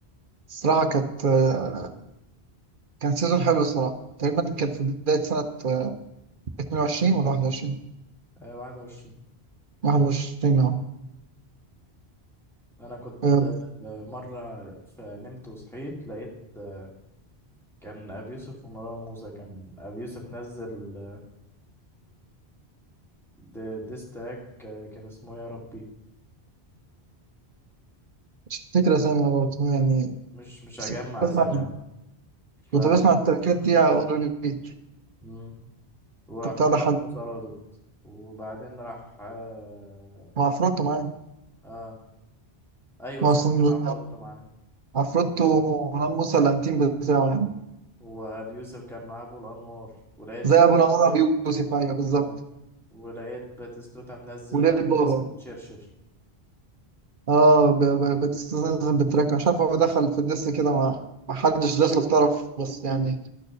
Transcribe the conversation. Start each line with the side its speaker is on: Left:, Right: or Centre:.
Right: الصراحة كانت آه، كان سيزون حلو الصراحة تقريبا كان في بداية سنة آه، 22 ولا 21
Centre: آه، واحد وعشرين
Right: 21
Centre: انا كنت
Right: اه
Centre: آه، مرة فنمت وصحيت لقيت آه، كان أبي يوسف ومروان موسى كان أبي يوسف نزل آه، د- ديس تراك آه، كان اسمه يا ربي
Right: مش فاكر اسامي برضه يعني
Centre: مش مش
Right: بس
Centre: هجمع
Right: كنت بسمع
Centre: أسامي يعني ف
Right: كنت بسمع التراكات دي على اون ريبيت
Centre: مم. وراح
Right: كنت
Centre: مروان
Right: على حد
Centre: موسى رادت وبعدين راح آه،
Right: مع عفروتو معايا
Centre: اه ايوه
Right: ما
Centre: صح
Right: اصلا
Centre: كان عفروتو معاه
Right: عفروتو
Centre: و...
Right: ومروان موسى الانتيم بتاعه يعني
Centre: وابي يوسف كان معاه ابو الانوار ولقيت
Right: زي ابو الانوار ابي يوسف ايوه بالظبط
Centre: اه ولقيت باتيستوتا منزل
Right: وليل
Centre: تراك
Right: بابا
Centre: اسمه شرشر
Right: اه ب- ب- بتستلزم بالتراك مش عارف هو دخل في الدس كده ما ما حدش داس له في طرف بس يعني